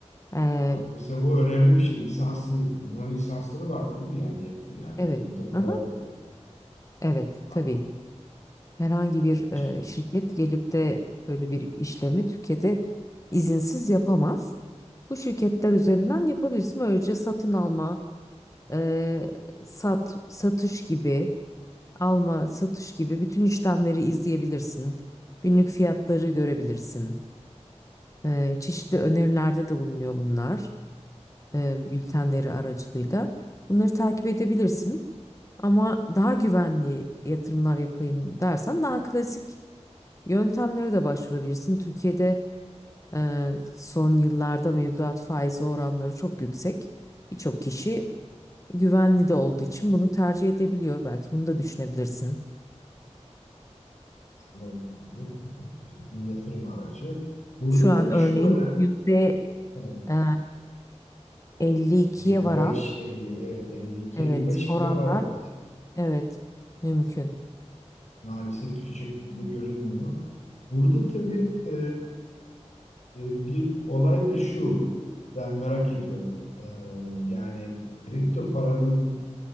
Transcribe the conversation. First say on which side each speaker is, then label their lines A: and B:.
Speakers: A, on the left; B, on the left.
A: Ee,
B: Bak mesela bu önemli bir şey. Lisanslı. Bunların lisansları var değil mi? Yani, yat- yani
A: evet.
B: kripto para
A: Aha,
B: e,
A: evet
B: anlamında
A: tabii. Herhangi bir
B: şey,
A: e, şirket gelip de böyle bir işlemi Türkiye'de izinsiz yapamaz. Bu şirketler üzerinden yapabilirsin. Böylece satın alma, e, sat satış gibi, alma, satış gibi bütün işlemleri izleyebilirsin. Günlük fiyatları görebilirsin. E, çeşitli önerilerde de bulunuyor bunlar, e, bültenleri aracılığıyla. Bunları takip edebilirsin. Ama daha güvenli yatırımlar yapayım dersen daha klasik Yöntemlere de başvurabilirsin. Türkiye'de e, son yıllarda mevduat faizi oranları çok yüksek. Birçok kişi güvenli de olduğu için bunu tercih edebiliyor. Belki bunu da düşünebilirsin.
B: ne olabilir? Ciddi bir yatırım aracı. Burada
A: Şu
B: tabii
A: an örneğin
B: şu önemli.
A: yüzde
B: Evet,
A: e, 52'ye
B: 55,
A: varan
B: 50, evet 52,
A: evet
B: 55
A: oranlar
B: bile var hatta.
A: evet mümkün.
B: Maalesef düşecek gibi de görünmüyor. Burada tabii e, e, bir olay da şu. Ben merak ediyorum. E, yani kripto paranın